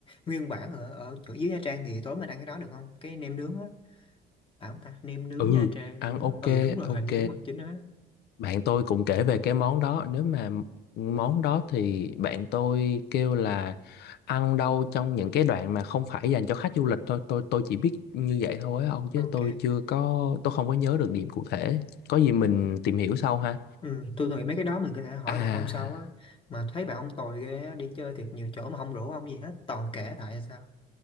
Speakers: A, on the left (about 30°); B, on the left (about 75°).
A: nguyên bản ở ở chỗ dưới Nha Trang thì tối mình ăn cái đó được không cái nem nướng á phải không ta nem nướng
B: ừ
A: Nha Trang
B: ăn
A: nem nướng
B: ok
A: ừ đúng rồi
B: ok
A: hình như đúng rồi chính đó
B: bạn tôi cũng kể về cái món đó nếu mà món đó thì bạn tôi kêu là ăn đâu trong những cái đoạn mà không phải dành cho khách du lịch thôi tôi tôi chỉ biết như vậy thôi á ông chứ
A: ok
B: tôi chưa có tôi không có nhớ được điểm cụ thể có gì mình tìm hiểu sau ha
A: ừ, tôi nghĩ mấy cái đó mình có thể hỏi
B: À,
A: bạn ông sau á mà thấy bạn ông tồi ghê á đi chơi thiệt nhiều chỗ mà không rủ ông gì hết toàn kể lại hay sao